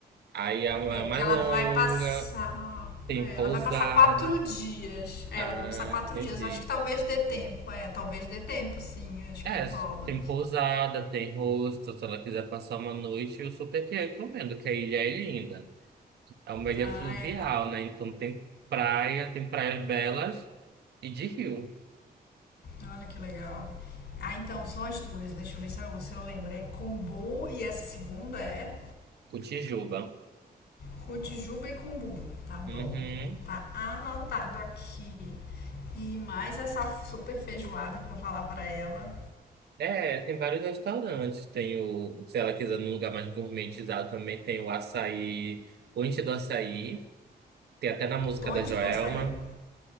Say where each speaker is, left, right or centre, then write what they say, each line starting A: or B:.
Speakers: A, on the right; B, on the left.
A: aí é uma
B: É
A: é
B: porque
A: mais
B: ela
A: longa,
B: vai passar.
A: tem
B: é,
A: pousada.
B: Ela vai passar quatro dias. É,
A: Ah,
B: ela vai passar quatro
A: entendi.
B: dias. Acho que talvez dê tempo. É, talvez dê tempo, sim. Acho
A: É,
B: que rola.
A: tem pousada, tem hostel, se ela quiser passar uma noite, eu super que recomendo, que a ilha é linda. É uma ilha
B: Ah,
A: fluvial,
B: é,
A: né? Então tem praia, tem praias belas e de rio.
B: olha que legal. Ah, então, são as duas. Deixa eu ver se eu, se eu lembro. É Kumbu e essa segunda é
A: Cotijuba.
B: Cotijuba e Kumbu. Tá bom.
A: Uhum.
B: Tá anotado aqui. E mais essa super feijoada que eu vou falar pra ela.
A: É, tem vários restaurantes. Tem o, se ela quiser num lugar mais gourmetizado também, tem o açaí, o Inti do Açaí. Tem até na música
B: Ponte
A: da Joelma.
B: do açaí.